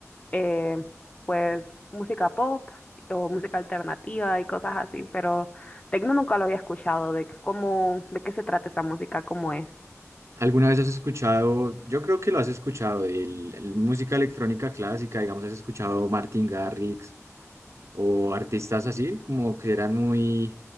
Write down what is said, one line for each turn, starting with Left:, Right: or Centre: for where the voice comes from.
Left: eh, pues música pop o música alternativa y cosas así, pero techno nunca lo había escuchado. ¿De qué- cómo, de qué se trata esa música? ¿Cómo es?
Right: ¿Alguna vez has escuchado, yo creo que lo has escuchado, el, el música electrónica clásica, digamos, has escuchado Martin Garrix o artistas así, como que eran muy,